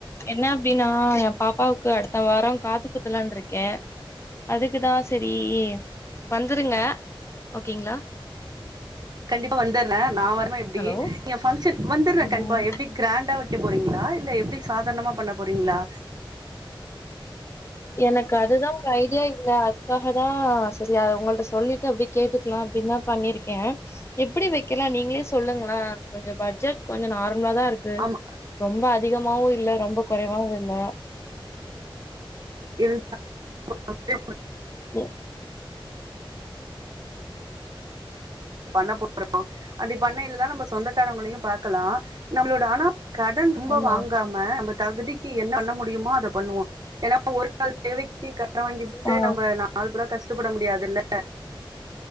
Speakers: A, on the left (about 30°); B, on the right (about 50°).
A: என்ன அப்டினா எ பாப்பாவுக்கு அடுத்த வாரோ காது குத்துலான்ருக்கே. அதுக்கு தா செரி வந்துருங்க ஓகேங்ளா.
B: கண்டிப்பா வந்தர்றே நா வர்ம எப்டி
A: ஹலோ
B: ங்க பங்க்ஷன் வந்தர்றே
A: ம்
B: கண்ப்பா எப்டிக் கிராண்டா வெக்க போறீங்ளா இல்ல எப்டி சாதார்ணமா பண்ண போறீங்ளா?
A: எனக்கு அதுதா ஒரு ஐடியா இல்ல அதுக்காகதா செரி அத உங்கள்ட சொல்லிட்டு அப்டி கேட்டுக்லா அப்டின்தா பண்ணிருக்கே. எப்டி வெக்கலா நீங்ளே சொல்லுங்களே கொஞ்சோ பட்ஜெட் கொஞ்சோ நார்மலாதாருக் கு
B: ஆமா
A: ரொம்ப அதிகமாவு இல்ல ரொம்ப கொறைவாவு இல்ல.
B: இது <inaudible>
A: ம்.
B: பண்ண <inaudible> அப்டி பண்ணைலதா நம்ம சொந்தக்காரவங்களையு பாக்கலா. நம்ப்ளோட ஆனா கடன் ரொம்ப
A: ஆமா
B: வாங்காம நம்ப தகுதிக்கு என்ன பண்ண முடியுமோ அத பண்ணுவோ. ஏனா ஒரு நாள் தேவைக்கி கட வாங்கிபுட்டு
A: ஆ
B: நம்ப நாள்பட கஷ்டபட முடியாதுல்ல.